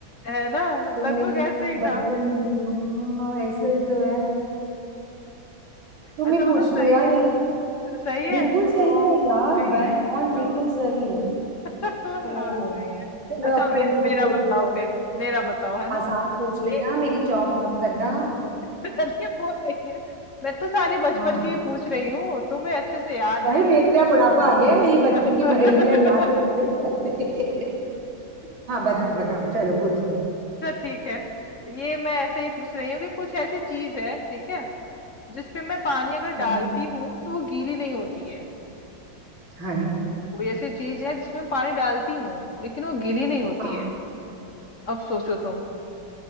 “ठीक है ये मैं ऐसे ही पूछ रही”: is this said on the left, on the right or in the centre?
Left